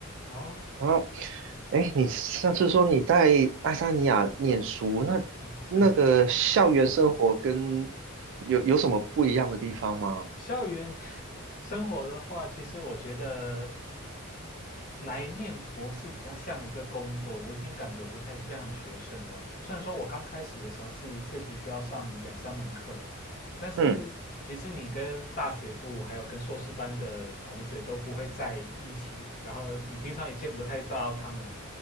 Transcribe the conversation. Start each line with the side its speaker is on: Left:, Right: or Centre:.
Left: 哦
Right: 哦，
Left: ，Hello，
Right: 哎，你上次说你在爱沙尼亚念书，那那个校园生活跟有有什么不一样的地方吗？
Left: 是校园生活的话，其实我觉得来念博士比较像一个工作，我已经感觉我不太像学生了。虽然说我刚开始的时候是确实需要上两三门课，但是其实你跟大学部还有跟硕士班的同学都不会在一起，
Right: 嗯
Left: 然后你平常也见不太到他们